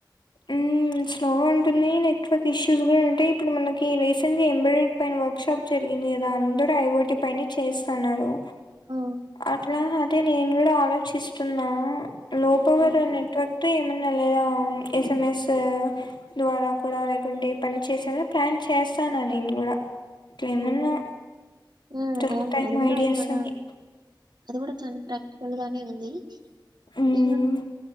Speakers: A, on the left; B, on the right.
A: ఉ స్లోగా ఉంటుంది నెట్వర్క్ ఇష్యూస్ కూడా ఉంటాయి ఇప్పుడు మనకి రీసెంట్గా ఎంబ్రాయిడ్ పైన వర్క్ షాప్ జరిగింది కదా అందరు ఐఓటీ పైనే చేస్తాన్నారు
B: ఆ!
A: అట్లా అంటే నేన్ నేను కూడా ఆలోచిస్తున్నా లో పవర్
B: హ్మ్.
A: ఓ నెట్వర్క్ ఏమన్నా లేదా అని ఎస్ఎంఎస్ ద్వారా కూడా లేకుంటే పని చేసేలా ప్లాన్ చేస్తాను నేను కూడా అట్లా ఎమన్నా
B: ఓహో! హ్మ్.
A: దొరుకుతాయి
B: అవును. అది
A: ఏమో
B: గూడా
A: ఐడియాస్
B: మన
A: అని
B: అది కూడా చాల ప్రాక్టికల్ గానే ఉంది
A: మ్మ్
B: ఇకా